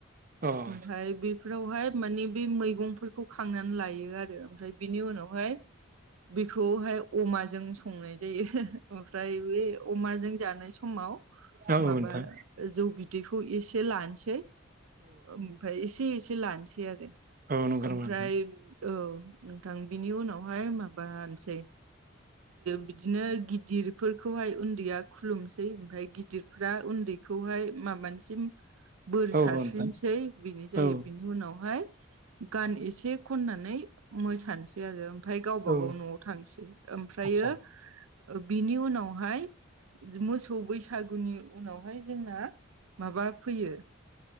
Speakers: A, on the right (about 40°); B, on the right (about 85°).
A: अ अ औ
B: ओमफ्राय बेफोरावहाय माने बे मैगंफोरखौ खांनानै लायो। ओमफ्राय बिनि उनावहाय बेखौहाय अमाजों संनाय जायो ओमफ्राय बे अमाजों जानाय समाव
A: औ नोंथां औ
B: माबा
A: नोंथां
B: जौ बिदैखौ एसे लानोसै ओमफ्राय एसे- एसे लानोसै आरो
A: औ नंगौ
B: ओमफ्राय
A: नामा नोंथां
B: औ नोंथां बिनि उनावहाय माबानोसै बिदिनो गिदिरफोरखौहाय उन्दैया खुलुमसै ओमफ्राय गिदिरफ्रा उन्दैखौहाय माबानिसिम बोर
A: औ
B: सारस्रिनोसै
A: औ नोंथां
B: बिनि जायो
A: औ
B: बिनि उनावहाय। गान एसे खननानै मोसानोसै बि आरो ओमफ्राय गावबा
A: औ
B: गाव न'आव थांसै ओमफ्रायो
A: आदसा
B: बिनि उनावहाय मोसौ बैसागो बैसागुनि उनावहाय जोंना माबा फैयो।